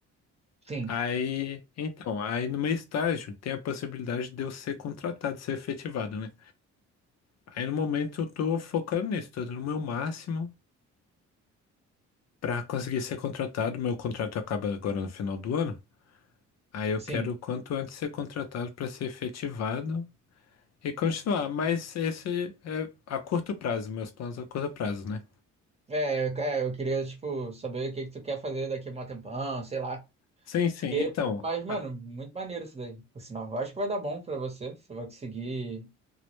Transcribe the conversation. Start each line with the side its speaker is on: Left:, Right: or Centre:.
Right: Sim,
Left: Aí, então, aí no meu estágio tem a possibilidade de eu ser contratado, ser efetivado, né? Aí no momento eu tô focando nisso, tô dando o meu máximo para conseguir ser contratado. Meu contrato acaba agora no final do ano. Aí eu
Right: sim.
Left: quero o quanto antes ser contratado para ser efetivado e continuar. Mas esse é a curto prazo, meus planos a curto prazo, né?
Right: É, eu- é, eu queria, tipo, saber o que que tu quer fazer daqui a um tempão, sei lá.
Left: Sim, sim.
Right: Porque,
Left: Então,
Right: pô, mas, mano,
Left: ah,
Right: muito maneiro isso daí. Por sinal, eu acho que vai dar bom pra você. Você vai conseguir